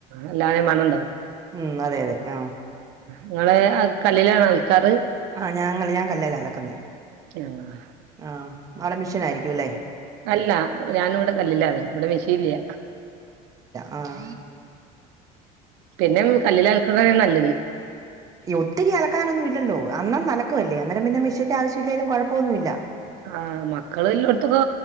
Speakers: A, on the right; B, on the right.
A: അല്ലാ മണണ്ടാവും
B: ഉം, അതെ അതെ ആ
A: നിങ്ങള് ആൾക്കാർ
B: ആ ഞങ്ങള് ഞാൻ കല്ലെല അലക്കുന്നേ
A: ആഹ്
B: ആ അവിടെ മിഷീനായിരിക്കും അല്ലേ
A: അല്ല ഞാൻ ഇവിടെ കല്ലിലാണ് ഇവിടെ മെഷീൻ ഇല്ല
B: ആഹ്
A: പിന്നെ കല്ലില് അലക്കുന്നതാണ് നല്ലത്
B: ഒത്തിരി അലക്കാനൊന്നും ഇല്ലല്ലോ യോത്തിരി അലക്കാനൊന്നും ഇല്ലല്ലോ അന്നന്ന് അലക്കുവല്ലേ അന്നേരം പിന്നെ മെഷീന്റെ ആവശ്യമില്ലേലും കുഴപ്പമൊന്നും ഇല്ല
A: ആ മക്കള് ഉള്ളോടത്തൊക്കെ